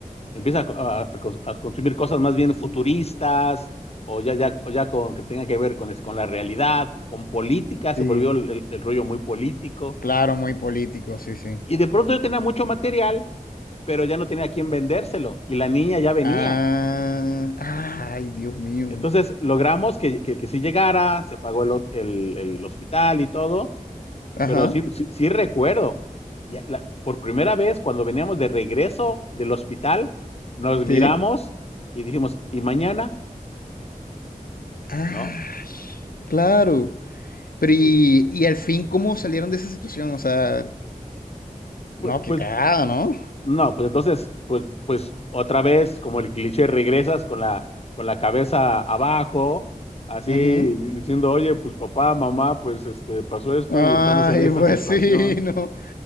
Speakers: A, on the left (about 45°); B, on the left (about 85°).
A: empieza a, a- a consumir cosas más bien futuristas o ya, ya, o ya con, que tengan que ver con, es- con la realidad, con política,
B: sí,
A: se volvió el, el- el rollo muy político.
B: claro, muy político, sí, sí.
A: Y de pronto yo tenía mucho material, pero ya no tenía a quién vendérselo y la niña ya venía.
B: Ah, ay, Dios mío.
A: Entonces logramos que, que, que sí llegara, se pagó el, ho- el- el hospital y todo,
B: Ajá,
A: pero sí, sí, sí recuerdo, ya la- por primera vez cuando veníamos de regreso del hospital, nos
B: sí.
A: miramos y dijimos, ¿y mañana?
B: Ah,
A: ¿No?
B: claro. Pero y,
A: Sí.
B: y al fin, ¿cómo salieron de esa situación? O sea, no,
A: Pues,
B: qué
A: pues,
B: cagada, ¿no?
A: no, pues entonces, pues, pues otra vez, como el cliché, regresas con la, con la cabeza abajo, así
B: Ujú.
A: diciendo, oye, pues papá, mamá, pues este, pasó esto
B: Ay,
A: y estamos en esta
B: pues
A: situación.
B: sí, <laughs> no.